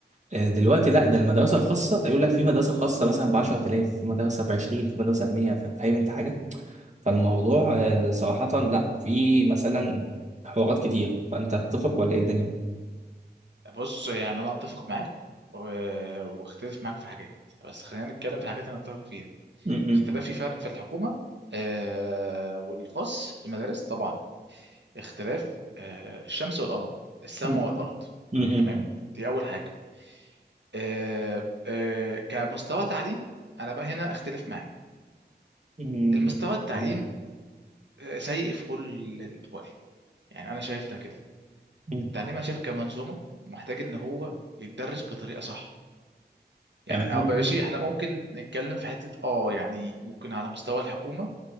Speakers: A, on the right (about 40°); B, on the right (about 85°).
A: آه، دلوقتي لا ده المدرسه الخاصه ده يقول لك في مدرسه خاصه مثلا ب 10000 في مدرسه ب 20 في مدرسه ب 100 فاهم انت حاجه فالموضوع آه، صراحة لا في مثلا حوارات كتير فأنت تتفق ولا إيه الدنيا؟
B: بص يعني انا اتفق معاك و- واختلف معاك في حاجات بس خلينا نتكلم في الحاجات اللي نتفق فيها
A: م-
B: اختلاف في فرق في الحكومه آه والخاص في المدارس طبعا اختلاف آه الشمس والقمر السماء
A: م-
B: والارض
A: م-
B: تمام دي اول حاجه آه آه كمستوى تعليم انا بقى هنا اختلف معاك
A: م-
B: المستوى التعليم
A: تمام
B: آه، سيء في كل الاحوال يعني انا شايف ده كده
A: م-
B: التعليم انا شايف كمنظومه محتاج ان هو يتدرس بطريقه صح يعني
A: تمام
B: أو ماشي احنا ممكن نتكلم في حتة اه يعني ممكن على مستوى الحكومة